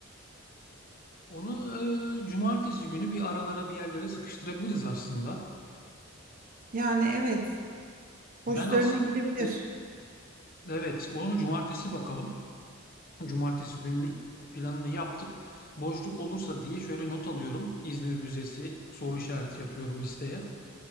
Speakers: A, on the left (about 45°); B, on the right (about 40°).
A: Onu e, cumartesi günü bir aralara bir yerlere sıkıştırabiliriz aslında.
B: Yani evet hoşlarına
A: Ben asıl
B: gidebilir.
A: e, evet onu cumartesi bakalım. Cumartesi günü planını yaptık. Boşluk olursa diye şöyle not alıyorum. İzmir Müzesi soru işareti yapıyorum listeye.